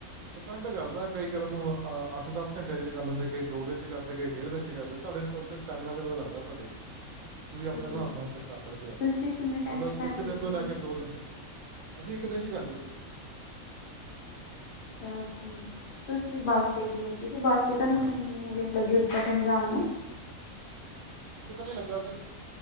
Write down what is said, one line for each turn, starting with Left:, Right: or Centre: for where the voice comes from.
Right: ਡਿਪੈਂਡ ਕਰਦਾ ਕਈ ਕਰਨ ਨੂੰ, ਅਹ ਅੱਠ -ਦਸ ਘੰਟਿਆਂ ਚ ਵੀ ਕਰ ਲੈਂਦੇ, ਕਈ ਦੋ ਦਿਨ ਚ ਕਰਦੇ, ਕਈ ਡੇਢ ਦਿਨ ਚ ਕਰਦੇ ਤਾਂ ਤੁਹਾਡੇ ਉਥੇ, ਸਟੈਮੀਨਾ ਦਾ ਪਤਾ ਲੱਗਦਾ ਤੁਹਾਡੇ ਚ ਤੁਸੀਂ
Left: ਜੀ
Right: ਆਪਣੇ ਹਿਸਾਬ ਨਾਲ ਕਰ ਸਕਦੇ ਹੋ,
Left: ਤੁਸੀਂ ਕਿੰਨੇ ਟਾਈਮ
Right: ਮਤਲਬ
Left: ਚ ਕਰ
Right: ਇੱਕ
Left: ਲਈ
Right: ਦਿਨ
Left: ਸੀ
Right: ਤੋਂ ਲੈ ਕੇ ਦੋ ਦਿਨ ਚ ਅਸੀਂ ਇੱਕ ਦਿਨ ਚ ਕਰ ਲਏ ਸੀ ਜੀ।
Left: ਅੱਛਾ ਜੀ, ਤੁਸੀਂ
Right: ਇੱਕ-
Left: ਬੱਸ ਤੇ
Right: ਹਾਂਜੀ
Left: ਗਏ
Right: ਹਾਂਜੀ ਇੱਕ-
Left: ਸੀ ਤੇ ਬੱਸ ਤੇ ਤੁਹਾਨੂੰ ਕਿੰਨੇ ਦਿਨ ਲੱਗੇ? ਕਠਣ ਜਾਨ ਨੂੰ
Right: ਇੱਕ ਦਿਨ ਉਹ ਲੱਗਾ ਸੀ।